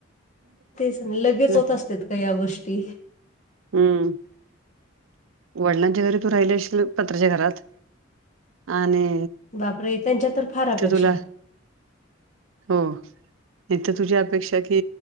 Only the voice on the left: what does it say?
तेच लगेच होत
असत का या गोष्टी
बापरे त्यांच्या तर फार अपेक्षा